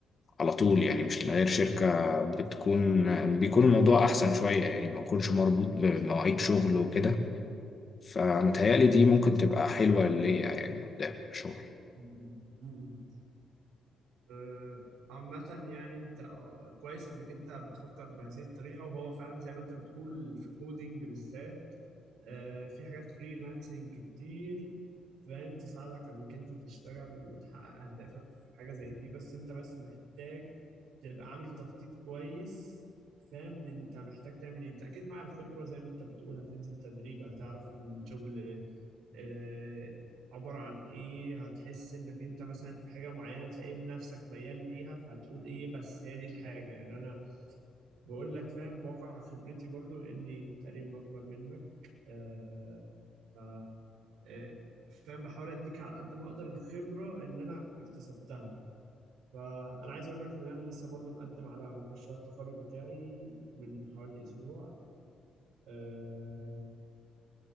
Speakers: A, on the left; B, on the right.
A: على طول يعني مش من غير شركة بتكون بيكون الموضوع أحسن شوية يعني ما يكونش مربوط بمواعيد شغل وكده فمتهيألي دي ممكن تبقى حلوة ليا يعني قدام الشغل
B: م- م- م- م. آه، عامة يعني انت آه، كويس انك انت بتفكر بهذه الطريقة وهو فعلا زي ما انت بتقول في الكودينج بالذات آه، في حاجات فريلانسنج كتير فاهم تساعدك على انك انت تشتغل وتحقق اهدافك في حاجة زي دي بس انت بس محتاج تبقى عامل تخطيط كويس فاهم اللي انت محتاج تعمل ايه انت اكيد مع الخبرة زي ما انت بتقول هتنزل تدريب هتعرف الشغل آه، عبر عن ايه هتحس انك انت مثلا في حاجه معينه تلاقي إن نفسك ميال ليها فهتقول ايه بس هي دي الحاجه يعني انا بقول لك فاهم بواقع خبرتي برضو اني تقريبا اكبر منك آه ف آه، فاهم بحاول اديك على قد ما اقدر الخبره اللي انا اكتسبتها فانا عايز اقول لك ان انا لسه برضو مقدم على مشروع التخرج بتاعي من حوالي اسبوع آه